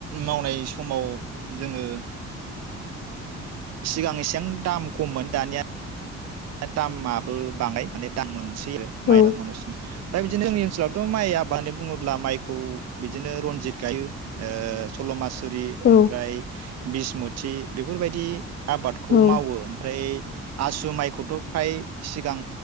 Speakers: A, on the right; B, on the left.
A: मावनाय समाव जोङो सिगां एसेबां दाम खममोन दानिया‌ दामाबो बाङाय माने दाम मोन सै आरो
B: औ
A: माइ आबाद‌‌ मावनाय समाव‌ दा बिदिनो जोंनि ओनसोलाव ओनसोलावथ' माइ आबाद होननानै बुङोब्ला माइखौ बिदिनो रनजित गायो सल' मास रि
B: औ
A: ओमफ्राय बिसमु थि बेफोरबायदि आबादखौ
B: औ
A: मावो ओमफ्राय आसु माइखौ थ' फ्राय सिगां